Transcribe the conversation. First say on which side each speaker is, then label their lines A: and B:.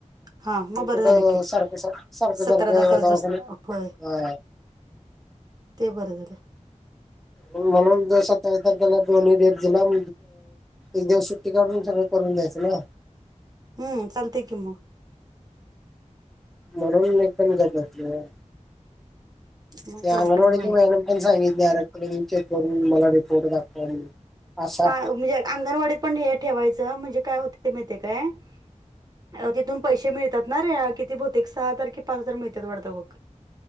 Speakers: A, on the right; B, in the centre.
A: हा मग
B: इकडं
A: बरं झालं की
B: सारखं सारखं
A: सतरादा
B: सारखं
A: करत
B: दवाखान
A: बस होय
B: ह
A: ते बरं झालं.
B: म्हणून सत्तावीस तारखेला दोन्ही डेट दिला <unintelligible> एक दिवस सुट्टी काढून सगळं करून द्यायचं ना.
A: हम्म चालते कि म.
B: म्हणून मी पण गप बसलोय,
A: मग
B: ते अंगन
A: बरं झालं
B: वाडची
A: होय
B: मॅडम पण सांगितल्या रक्ट चेक करून मला रिपोर्ट दाखवा म्हणून, असा
A: हा म्हणजे अंगणवाडी पण हे ठेवाय म्हणजे काय होते माहिती आहे काय, तथून पैसे मिळत णार रे किती बहुतेक सहा तारखे की पाच हजार मिळतात वाढत बग.